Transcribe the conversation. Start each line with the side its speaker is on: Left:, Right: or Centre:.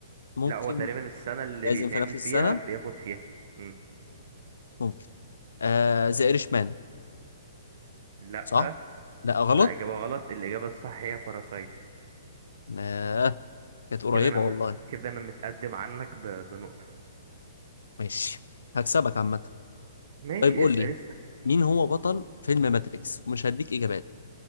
Left: ممكن
Right: لا هو تقريبا السنة اللي
Left: لازم
Right: بيتعمل
Left: في نفس السنة
Right: فيها بياخد فيها مم.
Left: ممكن آه ذا إيرش مان
Right: لا
Left: صح؟ لا غلط
Right: لا إجابة غلط الإجابة الصح هي باراسايت
Left: آه كانت قريبة
Right: كده انا مت...
Left: والله
Right: كده انا متقدم عنك ب... بنقطة
Left: ماشي هكسبك عامة
Right: ماشي
Left: طيب قول
Right: اسأل
Left: لي
Right: اسأل
Left: مين هو بطل فيلم ماتريكس ومش هديك اجابات